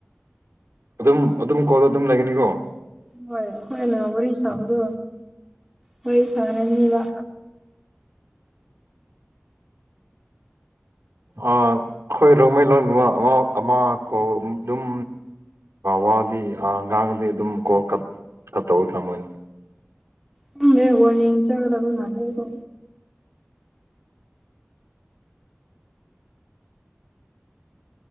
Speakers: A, on the right; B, in the centre.
A: ꯑꯗꯨꯝ ꯑꯗꯨꯝ ꯀꯣꯜꯗ ꯑꯗꯨꯝ ꯂꯩꯒꯅꯤꯀꯣ
B: ꯍꯣꯏ ꯑꯈꯣꯏ ꯅꯍꯥꯟ ꯋꯥꯔꯤ ꯁꯥꯕꯗ ꯋꯥꯔꯤ ꯁꯥꯔꯅꯤꯕ
A: ꯑꯥ ꯑꯈꯣꯏ ꯔꯣꯡꯃꯩꯂꯣꯟꯒꯨꯝꯕ ꯑꯃ ꯑꯃ ꯀꯧ ꯑꯗꯨꯝ ꯋꯥꯗꯤ ꯉꯥꯡꯗꯦ ꯑꯗꯨꯝ ꯀꯣꯜ ꯀꯠ ꯀ ꯇꯧꯔ ꯃꯣꯏꯅ
B: ꯈꯪꯗꯦ ꯋꯥꯔꯅꯤꯡ ꯆꯒꯗꯕ ꯃꯥꯜꯂꯦ ꯑꯩꯗꯣ